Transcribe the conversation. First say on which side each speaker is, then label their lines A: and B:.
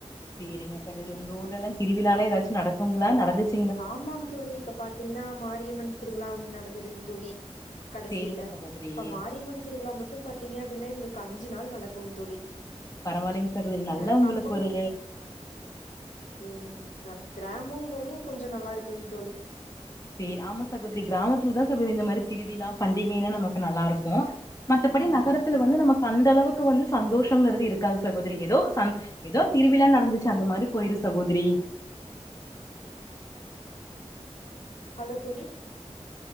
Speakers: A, on the left (about 30°); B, on the left (about 85°).
A: சேரிங்க சகோதரி உங்க ஊர்லல்லா திருவிழாலா எதாச்சு நடக்குங்ளா நடந்துச்
B: ஆமாங் தோழி இப்ப பாத்தீங்ன்னா மாரியம்மன் திருவிழா ஒ நடந்ததுங் தோழி கடைசியில
A: சேரிங்க சகோதரி
B: இப்ப மாரியம்மன் திருவிழா முட் மட்டு பாத்தீங்க அப்டின்னா எங்களுக்கு அஞ்சு நாள் நடக்குங் தோழி
A: பரவாயில்லைங் சகோதரி நல்லா
B: அ
A: உங்களுக்
B: கம்பம்
A: ஒரு
B: ம் கிராமோங்கவு கொஞ்ச நல்லாருக்குங்தோழி
A: சேரி ஆமா சகோதரி கிராமத்துலதா சகோதரி இந்த மாரி திருவிலா பண்டிகைன்னா நமக்கு நல்லாருக்கு மத்தபடி
B: ஆமாங்
A: நகரத்துல
B: தோழி
A: வந்து நமக்கு அந்த அளவுக்கு வந்து சந்தோஷோங்கிறது இருக்காது சகோதரி எதோ சம் எதோ திருவிலா நடந்துச்சு அந்த மாரி போயிரு சகோதரி
B: ஹலோ தோழி